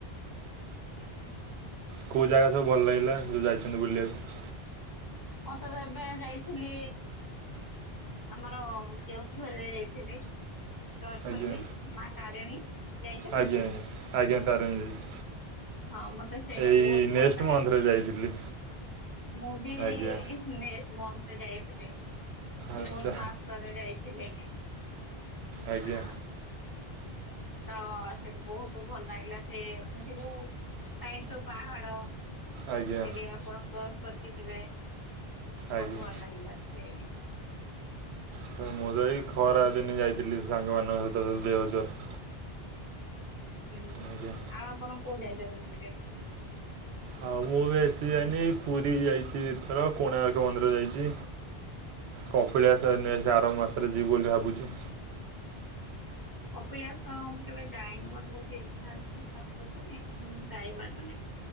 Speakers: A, on the left; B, on the right.
A: ଆଜ୍ଞା।
B: କେଉଁ ଜାଗା ସବୁ ଭଲ ଲାଗିଲା ଯେଉଁ ଯାଇଛନ୍ତି ବୁଲିବାକୁ।
A: ମୁ ତ ଏବେ ଯାଇଥିଲି। ଆମର କେଉଁ ଘରରେ ଯାଇଥିଲି। ଅଛନ୍ତି
B: ଆଜ୍ଞା
A: ମା ତାରିଣୀ ଯାଇଛନ୍ତି
B: ଆଜ୍ଞା
A: ସିଏ।
B: ଆଜ୍ଞା ଆଜ୍ଞା ତାରିଣୀ ଯାଇଛି
A: ହଁ ମତେ ସେଇଟା
B: ଏଇ
A: ବହୁତ
B: ନେକ୍ସଟ
A: ଭଲ ଲାଗିଲା
B: ମନ୍ଥରେ ଯାଇଥିଲି
A: ମୁଁ ବି
B: ଆଜ୍ଞା
A: ଯାଇଥିଲି ଜୁନ
B: ଆଚ୍ଛା
A: ମାସ ପରେ ଯାଇଥିଲେ
B: ଆଜ୍ଞା
A: ଆ ତ ସେ ବହୁତ ଭଲ ଲାଗିଲା ସେ ମାନେ ସେ ଯୋଉ। ସାଇଡ ସବୁ ପାହାଡ
B: ଆଜ୍ଞା
A: ଏରି ଆପଣ କ୍ରସ୍ କରିକି ଯିବେ। ବହୁତ
B: ଆଜ୍ଞା
A: ହ ଲାଗଲା ସେ।
B: ସେ ମୁଁ ତ ଏ ଖରା ଦିନ ଯାଇଥିଲି ସାଙ୍ଗମାନଙ୍କ ସହିତ। ଦଦ ଦେଓଜର
A: ହୁଁ
B: ଆଜ୍ଞା
A: ଆଉ ଆପଣ କୋଉ ଯାଇଛନ୍ତି ବୋଲି।
B: ଆଉ ମୁଁ ବି ଆସି ଯାଇନି ପୁରୀ ଯାଇଛି ଏଥର କୋଣାର୍କ ମନ୍ଦିର ଯାଇଛି। କଖିଳିଆ ଆର ମାସରେ ଯିବୁ ବୋଲି ଭାବୁଛୁ।
A: କପିଳା ସହ ମୁଁ କେବେ ଯାଇନି ମୋର ବହୁତ ଇଚଛା ଅଛି ପା କିନ୍ତୁ ମୁଁ ଯାଇପାରୁନି।